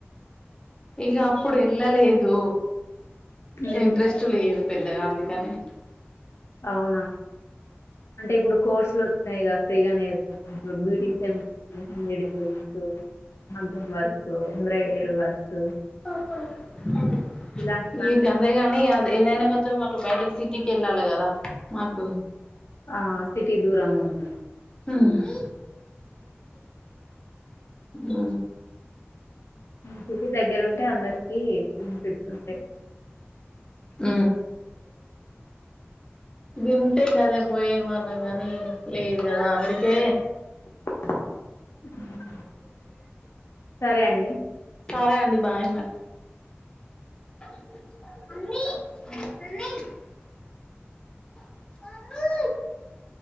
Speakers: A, on the left; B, on the left.
A: ఇగ అప్పుడెళ్ళలేదు
B: ఉహు.
A: ఇంట్రెస్ట్ లేదు పెద్దగా అందుకని
B: అవునా అంటే ఇప్పుడు కోర్సులోచ్చినాయి ఫ్రీగా నేర్పుతునరు బ్యూటీషియన్ మేడి ఫ్లేన్స్ మగ్గం వర్క్ ఎంబ్రయిడిర్ వర్క్
A: తోపున్ ఎన్రి
B: ఇలాంటివన్నీ
A: ఈ గదే గని ఏదైనా కొంచం అటు బయటకి సిటీకెళ్ళాలే కదా మాకు
B: ఆ సిటీ దూరముంన్
A: ఉహ్ ఉ
B: మేన్ సిటీ దగ్గరుంటే అందరికి బెనిఫిట్స్ ఉంటయి
A: ఉ వింటే గదే పోయేవానళ్ళం గని లేదు కదా అందుకే
B: ఉహు సరే అండి
A: సరే అండి బాయ్ మరి <unintelligible> <inaudible> <unintelligible>